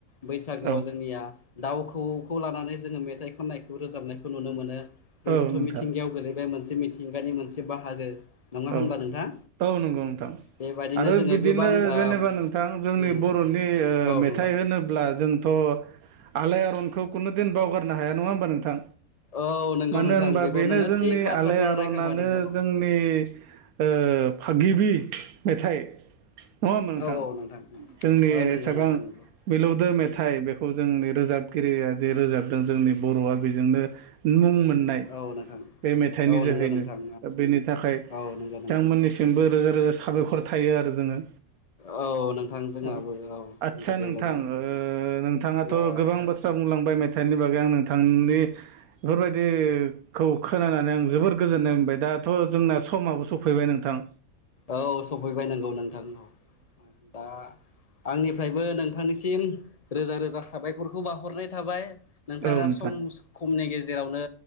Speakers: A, on the left; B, on the right.
A: बैसागोआव
B: औ
A: जोंनिया दाउ खौवौ खौ लानानै जोङो मेथाइ खननायखौ रोजाबनायखौ नुनो मोनो बेबोथ'
B: औ नोंथां
A: मिथिंगायाव गोलैबाय मोनसे मिथिंगानि मोनसे बाहागो नङा
B: औ
A: होमब्ला नोंथां?
B: औ नंगौ नोंथां
A: बेबायदिनो
B: आरो
A: जोङो
B: बिदिनो
A: गोबां ओ
B: जेनेबा नोंथां जोंनि
A: उम
B: बर'नि ओ
A: औ
B: मेथाइ
A: नोंथां
B: होनोब्ला जोंथ' आलायारनखौ कुनु दिन बावगारनो हाया नङा होमबा नोंथां
A: औ नंगौ
B: मानो
A: नोंथां
B: होनबा
A: बेखौ
B: बेनो
A: नोङो
B: जोंनि
A: थिग बाथ्राखौनो
B: आलायारनानो
A: रायखांबाय नोंथां औ
B: जोंनि ओ फा गिबि मेथाइ नङा होमबा नोंथां
A: औ औ
B: जोंनि
A: औ नंगौ
B: एसेबां
A: नोंथां नंगौ
B: मिलौदों मे थाइ बेखौ जोंनि रोजाबगिरिया जे रोजाबदों जोंनि बर'आ बेजोंनो मुं मोन मोननाय
A: औ नोंथां
B: बे मेथाइनि
A: औ
B: जोहैनो
A: नंगौ नोंथां
B: बेनि थाखाय
A: औ नंगौ नों
B: बिथांमोननिसिमबो रोजा रोजा साबायख'र थायो आरो जोङो
A: औ नोंथां जोंहाबो
B: औ आदसा
A: नंगौ बेबायदिनो
B: नोंथां ओ नोंथाङाथ'
A: ओ
B: गोबां बाथ्रा बुंलांबाय मे थाइनि बागै आं नोंथांनि बेफोरबायदिखौ खोनानानै आं जोबोर गोजोननाय मोनबाय दा दाथ' जोंना समाबो सफैबाय नोंथां।
A: औ सफैबाय नोंगौ नोंथां औ दा आंनिफ्रायबो नों थांनिसिम रोजा रोजा साबायखरखौ बावहरनाय थाबाय नोंथाङा
B: औ नोंथां
A: सम खमनि गेज जेरावनो